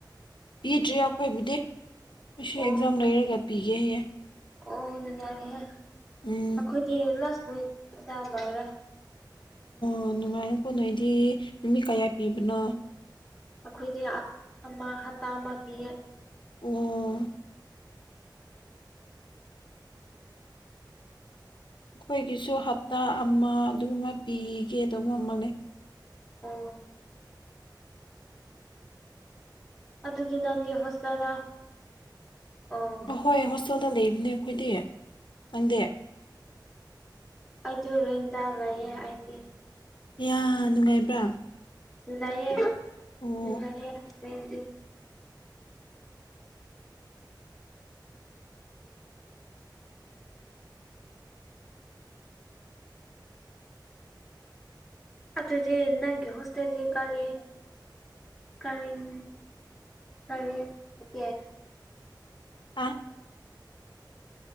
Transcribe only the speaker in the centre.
ꯑꯣ
ꯑꯣ ꯅꯨꯡꯉꯥꯏꯔꯦꯍꯦ
ꯑꯩꯈꯣꯏꯗꯤ ꯂꯥꯁ ꯋꯤꯛ ꯇ ꯂꯣꯏꯔꯦ
ꯑꯩꯈꯣꯏꯗꯤ ꯑ ꯑꯃ ꯍꯞꯇꯥ ꯑꯃ ꯄꯤꯌꯦ
ꯑꯣ ꯑꯗꯨꯗꯤ ꯅꯪꯒꯤ ꯍꯣꯁꯇꯦꯜꯗ ꯑꯣ
ꯑꯩꯗꯨ ꯔꯦꯟꯗ ꯂꯩꯌꯦ ꯑꯩꯗꯤ
ꯂꯩꯌꯦ
ꯂꯩꯌꯦ ꯂꯩꯗꯤ ꯑꯗꯨꯗꯤ ꯅꯪꯒꯤ ꯍꯣꯁꯇꯦꯗꯤ ꯀꯔꯤ ꯀꯔꯤꯡ ꯀꯔꯤꯒꯦ